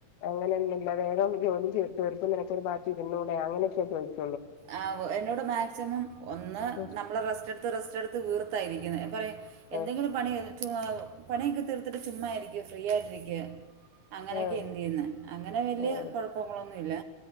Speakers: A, on the left; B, on the right.
A: അങ്ങനെ എന്ത ല്ല വേഗം ജോലി തീർത്ത് നിനക്കൊരു ബാത്ത് ഇര്ന്നൂടെ അങ്ങനെയൊക്കെ ചോദിച്ചു
B: ആ എന്നോട് മാക്സിമം ഒന്ന്
A: ഉം
B: നമ്മള് റസ്റ്റ് എടുത്ത് റെസ്റ്റ് എടുത്ത് വീ ത്തായിരിക്കുന്നെ അപ്പറയ എന്തെങ്കിലും
A: ഉം
B: പണി തിങ്ങാവ് പണിയൊക്കെ തീർത്തിട്ട് ചുമ്മാ ഇരിക്കു ഫ്രീ ആയിട്ടിരിക്കു അങ്ങനെയൊക്കെ
A: ആഹ്
B: എന്ത് ചെയ്യുന്ന് അങ്ങനെ വല്യ
A: ആഹ്
B: കുഴപ്പങ്ങളൊന്നുംല്ല